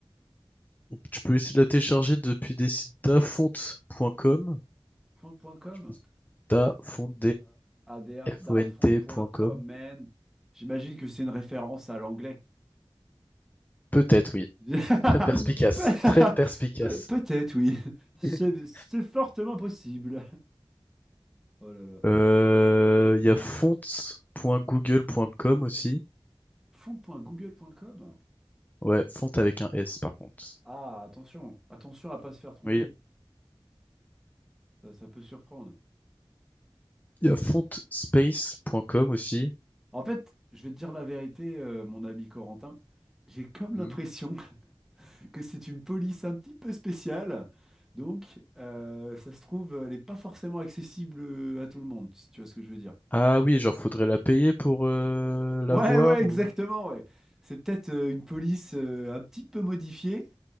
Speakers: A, on the left; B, in the centre.
A: Tu peux essayer de la télécharger depuis des sites dafont.com.
B: Fond.com.
A: Tu peux- dafont,
B: ADA,
A: font.com.
B: dafont.com, man. J'imagine que c'est une référence à l'anglais.
A: Peut-être, oui.
B: <laughs>
A: Très perspicace.
B: Pe-
A: Très perspicace.
B: pe- peut-être, oui. C'est
A: <laughs>
B: c'est fortement possible. Oh là là.
A: Euh, Il y a font.google.com aussi.
B: Fond.google.com?
A: Ouais, font avec un S par contre.
B: Ah, attention. Attention à pas se faire tromper.
A: Oui.
B: Ça, ça peut surprendre.
A: Il y a fontspace.com aussi.
B: En fait, je vais te dire la vérité, euh, mon ami Corentin. J'ai comme l'impression
A: Hmm.
B: <laughs> que c'est une police un petit peu spéciale. Donc, euh, ça se trouve, elle n'est pas forcément accessible euh, à tout le monde, si tu vois ce que je veux dire.
A: Ah oui, genre faudrait la payer pour euh,
B: Ouais,
A: la voir
B: ouais, exactement,
A: ou...
B: ouais. C'est peut-être euh, une police euh, un petit peu modifiée,